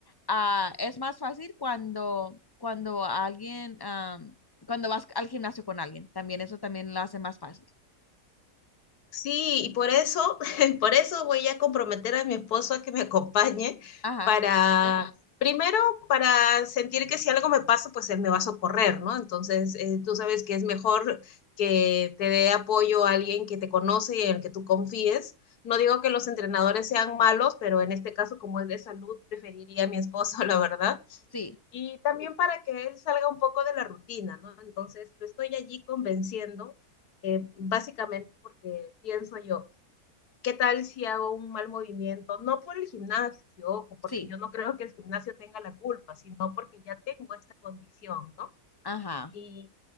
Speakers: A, on the left (about 30°); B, on the left (about 70°).
A: ah, es más fácil cuando, cuando alguien, am, cuando vas al gimnasio con alguien, también eso también lo hace más fácil.
B: Sí, y por eso, <laughs> por eso voy a comprometer a mi esposo a que me acompañe
A: Ajá,
B: para, primero, para sentir que si algo me pasa, pues él me va a socorrer, ¿no? Entonces, eh, tú sabes que es mejor que te dé apoyo a alguien que te conoce y en el que tú confíes. No digo que los entrenadores sean malos, pero en este caso, como es de salud, preferiría a mi esposo, <laughs> la verdad.
A: sí,
B: Y también para que él salga un poco de la rutina, ¿no? Entonces lo estoy allí convenciendo, eh, básicamente porque pienso yo, ¿qué tal si hago un mal movimiento? No por el gimnasio, ojo,
A: sí,
B: porque yo no creo que el gimnasio tenga la culpa, sino porque ya tengo esta condición, ¿no?
A: ajá,
B: Y